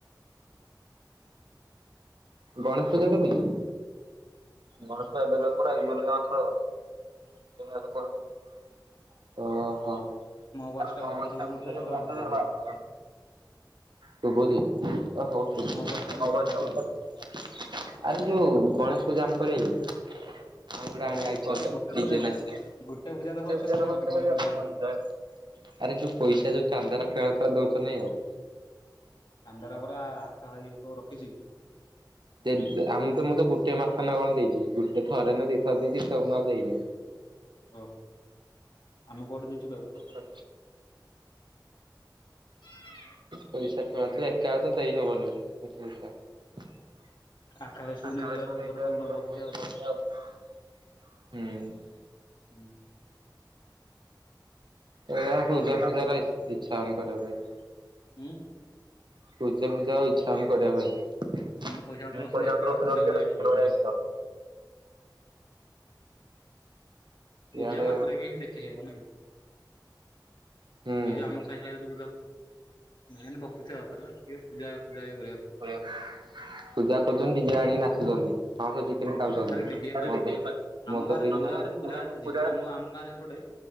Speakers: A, on the right (about 75°); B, on the left (about 80°).
A: ଗଣେଶ ପୂଜା କେବେ କି? ଗଣେଶ ପୂଜା ଏବେ ପା ପୁରା ଏଇ ଜୁଲାଇ ମାସ ଜୁଲାଇ ମାସ ପରେ ପରେ। ଓହୋ
B: ଭଏସ
A: ଆରେ ମୋ
B: ଉଲଟା
A: ବସ୍
B: ହଉଛି
A: ଟା <unintelligible>
B: ମତେ ଯେ ରାଗ ଲାଗୁନି
A: ସୁବୁଚି ଆ ହଉ ସୁବୁଚି
B: ମୋ ଭଏସ ଟା ଉଲଟା
A: ହଉ ହଉ ଆଛା
B: ଶୁଭୁଛି
A: ଅଉ
B: ମତେ।
A: ଆରେ ଯୋଉ ଗଣେଶ ପୂଜା ଆମ କରିବା କି? ଆମେ ଗୋଟେ
B: କରିବା
A: ଆଣି ଆଇଚି
B: ଆରେ ଗୋଟେ ପୂଜା
A: ନିଜେ ନାଚ ଏ ପୂଜା
B: ଗୋଟେ ତ ଭଲସେ କରିବା
A: ପର୍ବ ଖର୍ଚ୍ଚ
B: ଆମେ ଗଣେଶ
A: କରିଆ
B: ପୂଜା
A: କି
B: କରିବା।
A: କଣ। ଆରେ ଯୋଉ ପଇସା ଯୋଉ ଚାନ୍ଦାର ଖେଳ ଖେଳ ଦଉଛ ନାଇଁ ଆଉ।
B: ଚାନ୍ଦା ଟା ପୁରା ହାତ ଭାଙ୍ଗି କି ପୁର ରଖିଛି।
A: ଯେ ଆମ ତ ମୁ ତ ଗୋଟେ ମା ଥରେ ନା କଣ ଦେଇଛି ଗୋଟେ ଥରେ ନା ଦିଥର ଦେଇଛି ସବୁ ମାସ ଦେଇନି।
B: ହଁ ଆମେ କୋଉଟେ ଦେଇଛୁ କି ଆଉ।
A: ହ
B: <unintelligible>
A: ପଇସା ୁରେ ଏକା ତ ଦେଇ ହବନି ଏତେ ପଇସା <unintelligible>
B: ଆକା ଭାଇ ସବୁ ନେଇଯିବା ସୁଧର ସବୁ ନବ ସିଏ ଆଉ।
A: ହୁଁ
B: ହୁଁ।
A: ଏଇ
B: ଆଉ
A: ପୂଜା
B: କଣ କହ
A: ଫୂଜା ଇଚଛା ହଉନି କରିବା ପାଇଁ।
B: ହୁଁ
A: ପୂଜା ଫୂଜା ଆଉ ଇଚ୍ଛା ଆମେ କରିବା ପାଇଁ।
B: ଉଁ ପଇସା ପତ୍ର ଅସୁବିଧା
A: ପସା
B: ହଉଛି ଇଆଡେ
A: ଔଷଧ
B: ପୂଜା ଫୂଜା
A: ହିଟ
B: ଇଚ୍ଛା
A: ଫୁଳଆଇ।
B: ହଉନି। ପୂଜା
A: ଇଆଡେ
B: ମାତ୍ର ବି ହିଁ ଦେଖେଇହବ ନାଇ
A: ହୁଁ
B: ଏଇ ଯୋଉ ଆମ ସାାଇ ସାହିରେ ମ ଭକ୍ତି ଥିବା ଦର ସଏ ପୂଜା ଫୂଜା କରିବା।
A: ପୂଜା କରୁଛନ୍ତି ଜେ ଆଣିକି ନାଚୁଛନ୍ତି। ପାଁଶ ଚିକେନ
B: କଥା
A: ଖାଉଛନ୍ତି
B: ଖାଲି ଡିଜେ ପାଇଁ। ଆମ
A: ମଦ
B: ଗାଁରେ
A: ପିଇ
B: ପୁରା ପୁରି ପୂଜା
A: - <unintelligible>
B: ଆମ ଆମ ଗାଁରେ ସେପଟେ